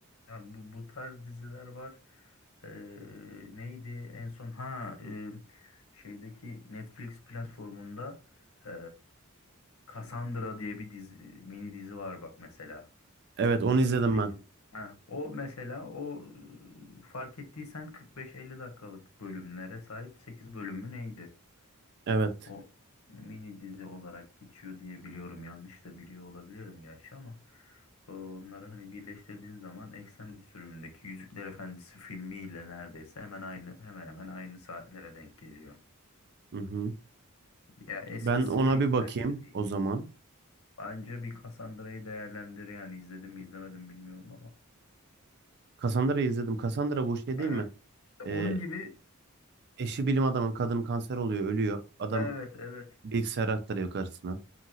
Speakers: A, on the left; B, on the right.
A: Yani bu, bu tarz diziler var. Ee, neydi en son? Ha, e, şeydeki Netflix platformunda e, Cassandra diye bir dizi, mini dizi var bak mesela.
B: Evet onu
A: Ee,
B: izledim
A: sekiz-
B: ben.
A: Ha, o mesela o e, fark ettiysen 45-50 dakikalık bölümlere sahip 8 bölümü neydi?
B: Evet.
A: O mini dizi olarak geçiyor diye biliyorum. Yanlış da biliyor olabilirim gerçi ama e, onları hani birleştirdiğin zaman Extended sürümündeki Yüzükler Efendisi filmiyle neredeyse hemen aynı hemen hemen aynı saatlere denk geliyor.
B: Hı hı.
A: Ya eski
B: Ben
A: filmler
B: ona bir bakayım
A: gibi değil.
B: o zaman.
A: Bence bir Cassandra'yı değerlendir yani izledim mi izlemedim bilmiyorum ama.
B: Cassandra'yı izledim. Cassandra bu şey değil
A: Aha.
B: mi?
A: İşte onun
B: Ee,
A: gibi
B: eşi bilim adamın kadın kanser oluyor, ölüyor. Adam
A: evet evet
B: bilgisayar aktarıyor karısına.